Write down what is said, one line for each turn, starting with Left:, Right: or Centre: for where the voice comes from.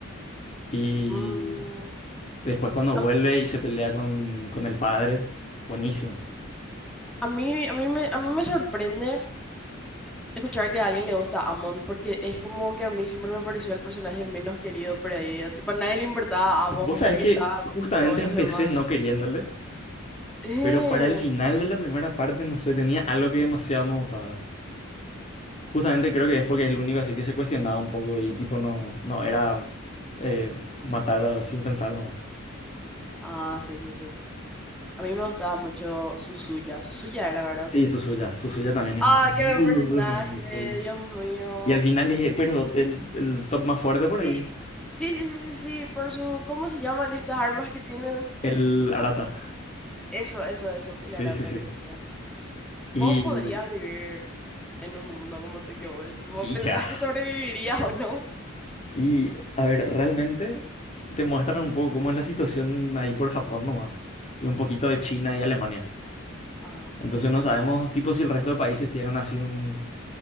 Left: Y
Centre: Mm,
Left: después cuando
Centre: a,
Left: vuelve y se pelea con, con el padre, buenísimo.
Centre: a mí, a mí me, a mí me sorprende escuchar que a alguien le gusta Amon, porque es como que a mí siempre me pareció el personaje menos querido por ahí. Tipo, a nadie le importaba Amon
Left: Vos sabés
Centre: porque
Left: que
Centre: estaban
Left: justamente
Centre: todos los
Left: empecé
Centre: demás.
Left: no queriéndole.
Centre: Eh,
Left: Pero para el final de la primera parte, no sé, tenía algo que demasiado me gustaba. Justamente creo que es porque es el único así que se cuestionaba un poco y tipo no, no, era eh, matar a- sin pensar nomás.
Centre: Ah, sí, sí, sí. A mí me gustaba mucho Suzuya. Suzuya era, ¿verdad?
Left: Sí, Suzuya, Suzuya también es
Centre: Ah,
Left: muy
Centre: qué buen personaje,
Left: buen personaje, sí.
Centre: Dios mío.
Left: Y al final es, eh, pero el, el top más fuerte por
Centre: Sí,
Left: ahí,
Centre: sí, sí, sí, sí, sí, por su... ¿Cómo se llaman estas armas que tienen?
Left: el Arata.
Centre: Eso, eso, eso,
Left: Sí,
Centre: el arata
Left: sí, sí.
Centre: que tenía. ¿Vos
Left: Y,
Centre: podrías vivir en un mundo como Tokyo Ghoul? Tipo,
Left: y
Centre: ¿pensás
Left: ya.
Centre: que sobrevivirías o no?
Left: Y a ver, realmente te muestran un poco cómo es la situación ahí por Japón nomás. Y un poquito de China
Centre: Mm,
Left: y Alemania.
Centre: Ajá.
Left: Entonces no sabemos, tipo, si el resto de países tienen así un,